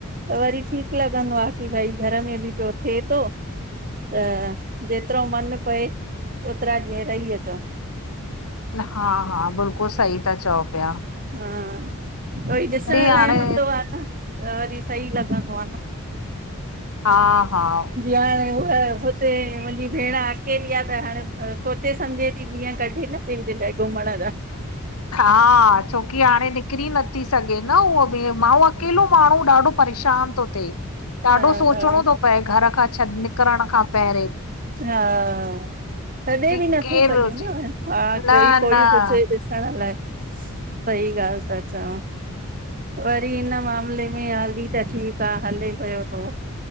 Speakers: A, on the right; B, on the left.
A: त वरी ठीक लॻंदो आ, की भाई घर में बि पयो थेतो। त जेतरो मन पए, ओतरा ॾींहं रही अचो।
B: हां-हां, बिल्कुल सही था चओ पया।
A: हां, वरी ॾिसण
B: हाणे
A: लाइ हूंदो आ न। त वरी सही लॻंदो आ न।
B: हां-हां।
A: ाण उ <inaudible> उते मुंहिंजी भेण अकेली आ। त हाणे सोचे सम्झे थी ॾींहं कढे न, पंहिंजे लाइ घुमण जा। <inaudible>
B: हां, छोकी हाणे निकरी नथी सघे न? उहा बि मअ अकेलो माण्हू ॾाढो परेशान थो थिए।
A: हा
B: ॾाढो सोचणो
A: हा
B: थो पए घर खां छॾ। करण खां पहररे।
A: हां, तॾहिं छाडा
B: की
A: बि नथो
B: केरु
A: सघे
B: हुजे
A: न। हां,
B: न
A: कोई-कोई
B: न
A: हुजे, डिस ण लाइ, सही ॻाल्ह ता चवां। वरी हिन मामले में हाली त ठीक आ हले पयो तो।